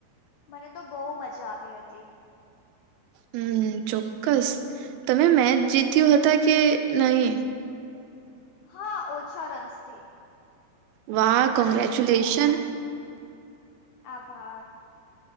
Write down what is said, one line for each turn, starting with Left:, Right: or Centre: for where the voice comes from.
Left: મને તો બહુ મજા આવી હતી.
Right: હમ્મ ચોક્કસ તમે મેચ જીત્યું હતા કે નહી?
Left: હા ઓછા રન્સ થી.
Right: વાહ કોંગ્રેચુલેશન.
Left: આભાર.